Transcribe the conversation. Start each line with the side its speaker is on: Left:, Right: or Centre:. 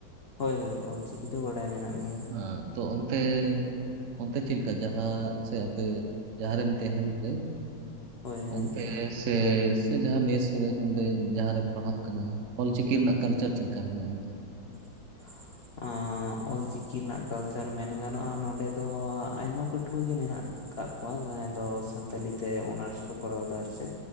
Left: ᱦᱚᱭ ᱦᱚᱭ ᱚᱞ ᱪᱤᱠᱤ ᱫᱚ ᱵᱟᱰᱟᱭ ᱢᱮᱱᱟᱜ ᱜᱮᱭᱟ᱾
Right: ᱦᱮᱸ <unintelligible> ᱚᱱᱛᱮ ᱪᱮᱫ ᱞᱮᱠᱟ ᱡᱟᱦᱟᱸ ᱥᱮ ᱟᱯᱮ ᱡᱟᱦᱟᱸᱨᱮᱢ ᱛᱟᱦᱮᱱ ᱯᱮ
Left: ᱦᱳᱭ ᱦᱳᱭ
Right: ᱚᱱᱛᱮ ᱥᱮ ᱡᱟᱦᱟᱸ ᱢᱮᱥ ᱠᱚᱨᱮ ᱚᱸᱰᱮ ᱡᱟᱦᱟᱸ ᱨᱮᱢ ᱯᱟᱲᱦᱟᱜ ᱠᱟᱱᱟ ᱚᱞᱪᱤᱠᱤ ᱨᱮᱱᱟᱜ ᱠᱟᱞᱪᱟᱨ ᱪᱮᱫ ᱞᱮᱠᱟ ᱢᱮᱱᱟᱜᱼᱟ ᱚᱱᱛᱮ?
Left: <unintelligible> ᱚᱞᱪᱤᱠᱤ ᱨᱮᱱᱟᱜ ᱠᱟᱞᱪᱟᱨ ᱢᱮᱱ ᱜᱟᱱᱚᱜᱼᱟ ᱱᱚᱸᱰᱮ ᱫᱚ ᱟᱭᱢᱟ ᱯᱟᱹᱴᱷᱩᱣᱟᱹ ᱜᱮ ᱢᱮᱱᱟᱜ ᱟᱠᱟᱫ ᱠᱚᱣᱟ ᱾ ᱡᱟᱦᱟᱸᱭ ᱫᱚ ᱥᱟᱱᱛᱟᱞᱤ ᱛᱮ ᱚᱱᱟᱨᱥ ᱠᱚ ᱠᱚᱨᱟᱣ ᱫᱟ ᱟᱨ ᱪᱮ